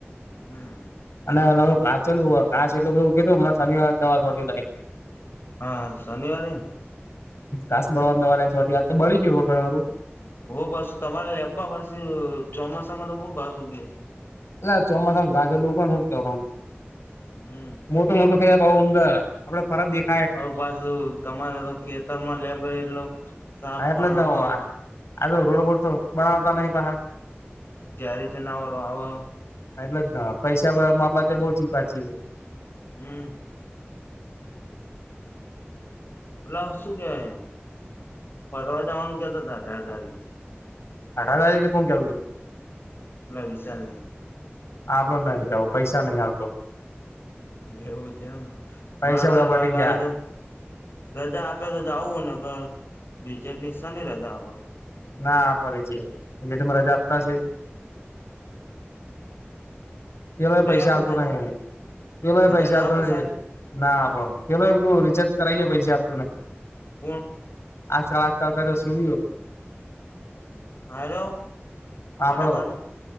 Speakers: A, on the left; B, on the left.
A: હમ
B: અને નવું ઘાંચેલું ઘાસ એટલું બધું ઊગ્યું તું હમણા શનિવારે દવા છોટી ને આઈ.
A: હા શનિવારે ને?
B: ઘાસ બળવાની દવા લે આ તો બળી ગયું હો તમારું.
A: હો પાછુ તમારે લેબમાં પાછું ચોમાસામાં તો બઉ ઘાસ ઊગે.
B: એટલે ચોમાસામાં ઘાસ એટલું ઊગે ને હું કરવાનું.
A: હમ
B: મોટો થયા તો હો અમદા આપડે ફરક દેખ
A: હવે પાછું તમારે તો ખેતરમાં લેબ હોય એટલે. સાપ
B: હા
A: પણ
B: એટલે જ
A: આવ
B: ને આતો રોડ બોરતો બનાવતા નહી પાહા.
A: ક્યારે જનાવરો આવે.
B: હા એટલે જ ને પૈસા મા બાબતે બહચી પાછી હે.
A: હમ પેલા શું કહેવાય ફરવા જાવાનું કહેતા તા અઢાર તારીકે
B: અઢાર તારીખે કોણ કેતુ તું?
A: અલા વિશાલને.
B: આપડે નહીં જાવુ પૈસા નહીં આલતો.
A: એવું છે એમ?
B: પૈસા
A: મારે
B: બધા પટી
A: લાગ આયો
B: ગયા
A: તું રજા આપે તો જાવું હે નકર બીચેટ શાની રજા આપે.
B: ના આ ફડે છે જે તમે રજા આપતા છે. પેલોય
A: નહી
B: પૈસા
A: આપે
B: આલતો
A: રજા
B: નહીં પેલોય
A: રજા
B: પૈસા
A: ના
B: આલતો
A: આપે
B: નહીં.
A: સાહેબ
B: ના આપો પેલો રિચાર્જ કરાવી ગયો પૈસા આપતો નહી.
A: કોણ?
B: આજકાલ આજકાલ કરે સૂરીયો.
A: હલો, પોડા
B: આપડો
A: ભણું